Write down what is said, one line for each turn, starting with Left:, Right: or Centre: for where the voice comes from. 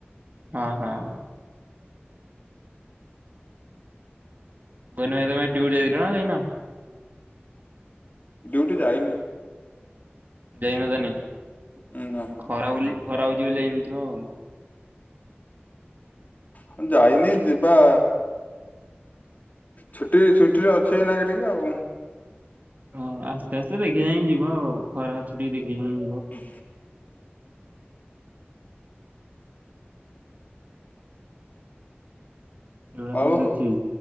Right: ହଁ ହଁ। ମୁ କହିଲି ଭାଇ ତମେ ଡ୍ୟୁଟି ଯାଇଥିଲ ନା ଜାଇନା।
Left: ଡୁଟି ଯାଇନି।
Right: ଯାଇନ ତା ନି ନାଇ
Left: ନା
Right: ଖରା ହେଉଛି ବୋଲି ଖରା ହଉଛି ବୋଲି ଯାଇନଥିବ ଆଉ।
Left: ମୁଁ ଯାଇନି ଯିବା ଛୁଟି ଛୁଟି ରେ ଅଛି ଏଇନା ଟିକେ ଆଉ।
Right: ହଁ ଆସ୍ତେ ଆସ୍ତେ ଦେଖି ଯାଇଁ ଯିବ ଆଉ ଖରା ଅଛି ଟିକେ ଦେଖି ଯାଇ
Left: ହ
Right: ଏଇଟା
Left: ଆଉ
Right: ତ ମୁଁ ଦେଖି